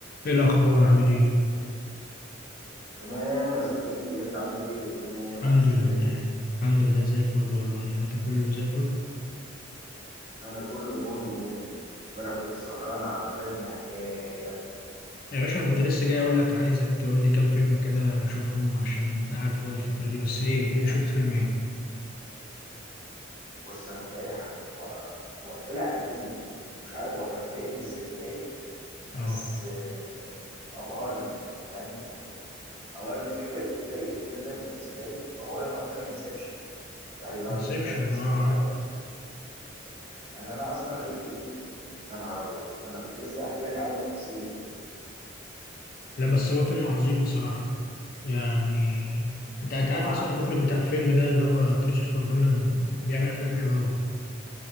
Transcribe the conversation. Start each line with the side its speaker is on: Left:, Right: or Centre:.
Left: ايه الاخبار عامل ايه
Right: تمام يا صديقي انت عامل ايه الدنيا ماشيه معاك
Left: الحمد
Right: ازاي
Left: لله الحمد لله زي الفل والله انت كله زي الفل
Right: انا كله بونو بونو امبارح كنت سهران على فيلم حكايه
Left: يا باشا انا كنت لسه جاي اقول لك عايزك تقول لي كام فيلم كده اشوفهم عشان قاعد فاضي الفتره دي بس ايه ايه شفت فيلم ايه
Right: بص انا امبارح هو هو طلع قديم ومش عارف هو كان فايتني ازاي
Left: اه
Right: بس آه، ابهرني فاهم يعني اولا الفكره جديده جدا بالنسبه لي اولا هو فيلم انسبشن بتاع ليوناردو
Left: انسبشن
Right: دي كابريو بس
Left: اه
Right: انا مش عارف
Left: عارفه
Right: يعني انا اصلا اللي جديد يا نهار ابيض ده انا كنت لسه احكي لك عنه تفاصيل
Left: لا بس هو فيلم عظيم بصراحه يعني انت انت عارف
Right: اه
Left: اصلا
Right: حبيته
Left: المخرج
Right: جدا
Left: بتاع الفيلم ده اللي هو كريستوفر نولان بيعمل افلام حلوه قوي